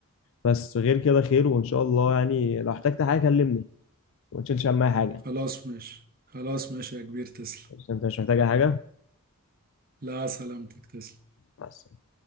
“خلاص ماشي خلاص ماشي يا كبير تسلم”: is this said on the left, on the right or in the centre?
Right